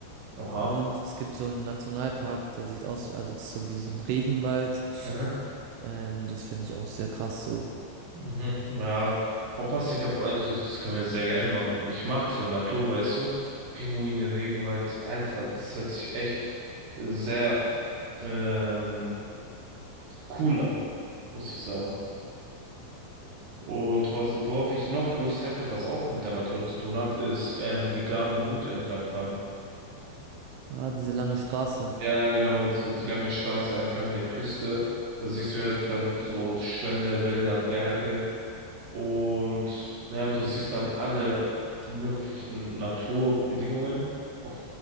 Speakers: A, on the right (about 65°); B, on the right (about 85°).
A: Oha.
B: Und es gibt so einen Nationalpark, der sieht aus, also das ist so wie so ein Regenwald.
A: Mhm.
B: Ähm, das finde ich auch sehr krass so.
A: Mhm, ja, und was ich hab, also das können wir sehr gerne machen. Ich mag so Natur, weißt du? Pinguine, Regenwald, Alter, das hört sich echt sehr ähm, cool an, muss ich sagen. Und was, worauf ich noch Lust hätte, was auch mit der Natur zu tun hat, ist ähm, die Garden Route entlangfahren.
B: Ah, diese lange Straße.
A: Ja, genau, so die lange Straße entlang der Küste. Da siehst du ja dann so Strände, Wälder, Berge. Und ja, du siehst dann alle möglichen Naturbedingungen auf